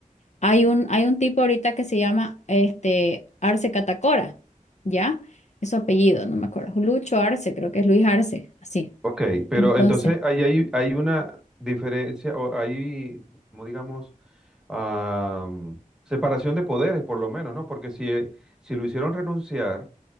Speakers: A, on the left; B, in the centre.
A: hay un, hay un tipo ahorita que se llama este, Arce Catacora, ¿ya? Es su apellido, no me acuerdo. Lucho Arce, creo que es Luis Arce, así.
B: Ok, pero
A: Entonces,
B: entonces ahí hay, hay una diferencia, o hay, como digamos, am, separación de poderes por lo menos, ¿no? Porque si, eh, si lo hicieron renunciar,